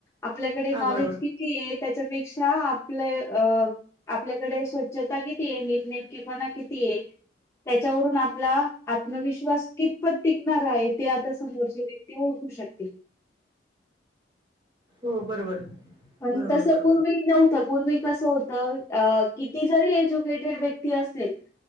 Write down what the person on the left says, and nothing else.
आपल्याकडे
नॉलेज
किती आहे त्याच्यापेक्षा आपले अ आपल्याकडे स्वच्छता किती आहे नीटनेटकेपणा किती आहे त्याच्यावरून आपला आत्मविश्वास कितपत टिकणार आहे ते आता समोरचे व्यक्ती ओळखू शकतील
पण
तस
पूर्वी नव्हत्या पूर्वी कसं होतं अ किती जरी एज्युकेटेड व्यक्ती असेल